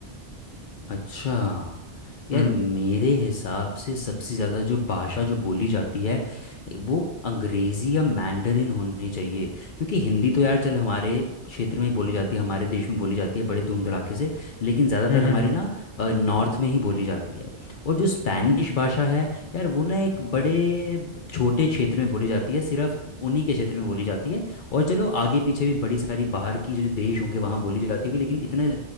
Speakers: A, on the left; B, on the left.
A: अच्छा यार
B: हम्म
A: मेरे हिसाब से सबसे ज़्यादा जो भाषा जो बोली जाती है वो अंग्रेज़ी या मैंडरिन होनी चाहिए क्योंकि हिंदी तो यार चल हमारे क्षेत्र में ही बोली जाती है हमारे देश में बोली जाती है बड़े धूम धड़ाके से लेकिन ज़्यादातर
B: हम्म हम्म
A: हमारे
B: हम्म
A: ना अ, नॉर्थ में ही बोली जाती है और जो स्पैनिश भाषा है यार वो ना एक बड़े छोटे क्षेत्र में बोली जाती है सिर्फ उन्हीं के क्षेत्र में बोली जाती है और चलो आगे पीछे भी बड़ी सारी बाहर की जो देश होंगे वहाँ बोली जाती होगी लेकिन इतने